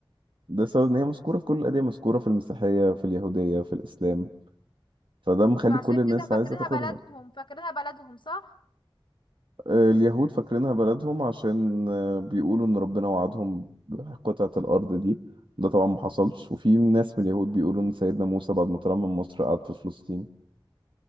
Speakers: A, on the right; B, on the left.
A: ده سبب ان هي مذكورة في كل الاديان مذكورة في المسيحية في اليهودية في الاسلام فده مخلي
B: فعشان
A: كل الناس
B: كده فاكرينها
A: عايزة تاخدها
B: بلدهم فاكرينها بلدهم صح
A: آه، اليهود فاكرينها بلدهم عشان آه، بيقولوا إن ربنا وعدهم بقطعة الأرض دي ده طبعا ما حصلش وفي ناس من اليهود بيقولوا إن سيدنا موسى بعد ما طلع من مصر قعد في فلسطين